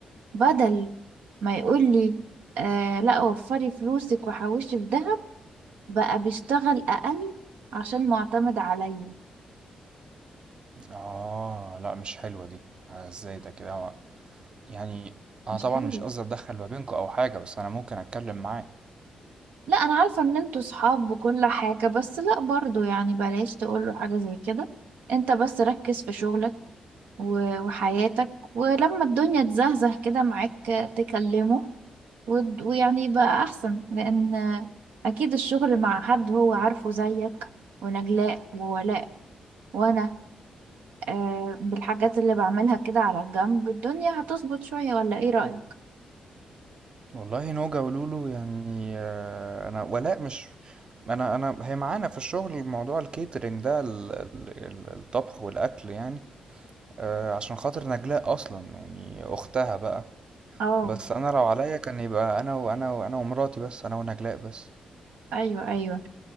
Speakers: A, on the right (about 85°); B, on the right (about 40°).
A: بدل ما يقول لي آه لا وفري فلوسك وحوشي في دهب بقى بيشتغل أقل عشان معتمد عليا
B: اه لا مش حلوة دي آه، ازاي ده كده هو- يعني انا
A: مش
B: طبعا
A: حلو
B: مش قصدي اتدخل ما بينكم او حاجة بس انا ممكن اتكلم معاه
A: لا أنا عارفة إن انتوا صحاب وكل حاجة بس لا برضو يعني بلاش تقوله حاجة زي كده انت بس ركز في شغلك و- وحياتك ولما الدنيا تزهزه كده معاك تكلمه ود- ويعني يبقى أحسن لأن أكيد الشغل مع حد هو عارفه زيك ونجلاء وولاء وأنا آه بالحاجات اللي بعملها كده على الجنب الدنيا هتظبط شوية ولا إيه رأيك؟
B: والله نوجا ولولو يعني آه، انا ولاء مش انا انا هي معانا في الشغل موضوع الكيترينج ده ال- ال- ال- الطبخ والاكل يعني آه، عشان خاطر نجلاء اصلا يعني اختها بقى
A: اه
B: بس انا لو عليا كان يبقى انا وانا وانا ومراتي بس انا ونجلاء بس
A: أيوه أيوه